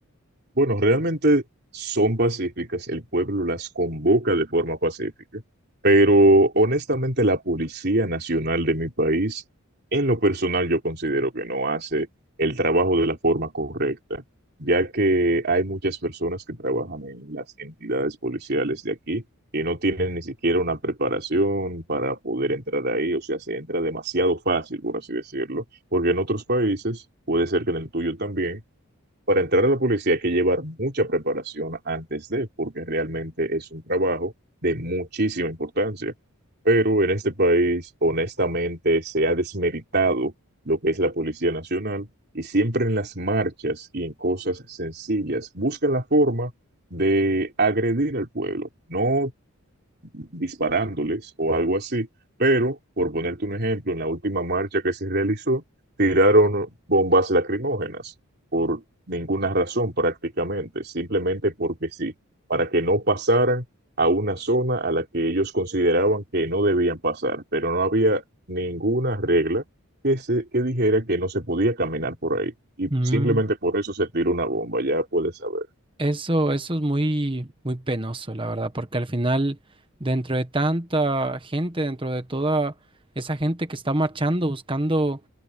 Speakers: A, on the right (about 45°); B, on the right (about 25°).
A: Bueno, realmente son pacíficas, el pueblo las convoca de forma pacífica, pero honestamente la Policía Nacional de mi país, en lo personal yo considero que no hace el trabajo de la forma correcta, ya que hay muchas personas que trabajan en las entidades policiales de aquí y no tienen ni siquiera una preparación para poder entrar ahí, o sea, se entra demasiado fácil, por así decirlo, porque en otros países, puede ser que en el tuyo también, para entrar a la policía hay que llevar mucha preparación antes de, porque realmente es un trabajo de muchísima importancia. Pero en este país, honestamente, se ha desmeritado lo que es la Policía Nacional y siempre en las marchas y en cosas sencillas buscan la forma de agredir al pueblo. No disparándoles o algo así, pero por ponerte un ejemplo, en la última marcha que se realizó, tiraron bombas lacrimógenas por ninguna razón prácticamente, simplemente porque sí, para que no pasaran a una zona a la que ellos consideraban que no debían pasar, pero no había ninguna regla que, se, que dijera que no se podía caminar por ahí. Y
B: Mm,
A: simplemente por eso se tiró una bomba, ya puedes saber.
B: Eso, eso es muy, muy penoso, la verdad, porque al final, dentro de tanta gente, dentro de toda esa gente que está marchando, buscando,